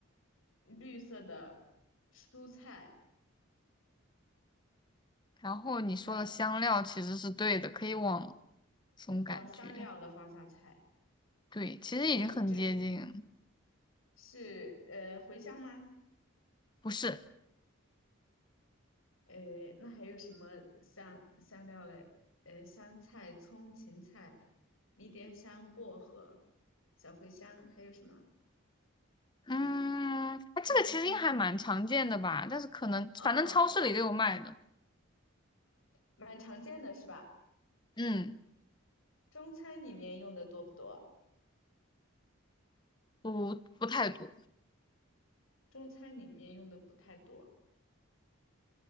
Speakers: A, on the left; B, on the left.
A: 绿色的蔬菜，
B: 然后你说的香料其实是对的，
A: 呃，
B: 可以往这种感觉，
A: 往香料的方向猜，
B: 对，其实已经很接近，
A: 就这是呃茴香吗？
B: 不是，
A: 诶，那还有什么香香料嘞？呃，香菜、葱、芹菜、迷迭香、薄荷、小茴香，还有什么？
B: 嗯，哎，这个其实应该还蛮常见的吧，
A: 嗯，
B: 但是可能反正超市里都有卖的，
A: 哦，蛮常见的是吧？
B: 嗯，
A: 中餐里面用的多不多？
B: 不不太多，
A: 中餐里面用的不太多。